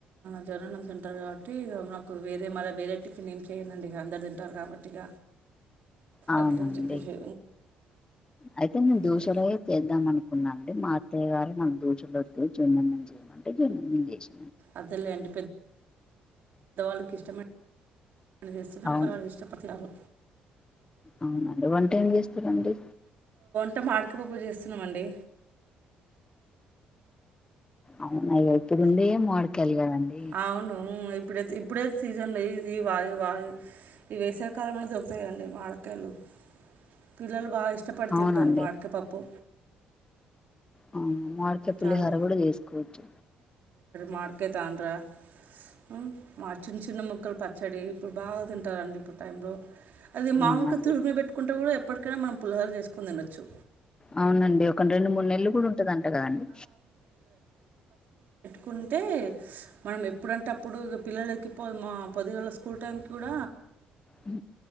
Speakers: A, on the right; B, on the left.
A: జొన్న అన్నం తింటారు కాబట్టి నాకు వేరే మళ్ళీ వేరే టిఫిన్ ఏం చేయనండి ఇక అందరు తింటారు కాబట్టి ఇక
B: అవునండి
A: అట్లని చెప్పేసి
B: అయితే మేము
A: అదే
B: దోశలే చేద్దాం అనుకు న్నాను అండి మా అత్తయ్య గారు నాక దోశలు వద్దు జొన్న అన్నం చేయమంటే జొన్న అన్నం చేసా
A: అదెలేండి పెద్ద పెద్దవాళ్ళకి ఇష్టమ ఒకళ్ళు చేస్తున్న
B: అవును
A: ఒకరు వళ్ళు ఇష్టపడతారు
B: అవునండి వంట ఎం చేస్తారండి
A: టమాటకాయ పప్పు చేస్తున్నాం అండి
B: అవునా ఇప్పుడు ఉండేయే మామిడికాయలు గదండి
A: అవును ఉమ్ ఇప్పుడే ఇప్పుడే సీజన్ ఈ వాయి వాయి ఈ వేసవి కాలంలోనే దొరుకుతాయి కదండి మా కాయలు పిల్లలు బాగా ఇష్టపడి
B: అవునండి
A: తింటారు మామిడికాయ పప్పు
B: ఆవును మామిడికాయ పులిహర
A: చాలా
B: కూడా చేసుకోవచ్చు
A: మామిడి కాయ తాండ్రా ఉమ్ మా చిన్న చిన్న ముక్కలు పచ్చడి ఇప్పుడు బాగా తింటారండి ఇప్పుడు టైంలో అది మామిడికాయ
B: అవునండి
A: తిరుపిన పెట్టుకుంటే కూడా ఎప్పటికైనా మనం పులిహార చేసుకని తినొచ్చు
B: అవునండి ఒక రెండు మూడు నెలలు కూడ ఉంటదంట కదండి
A: కుంటే మనం ఎప్పుడంటే అప్పుడు పిల్లలకి పో మా పొదిగాల స్కూల్ టైంకి కూడ
B: హు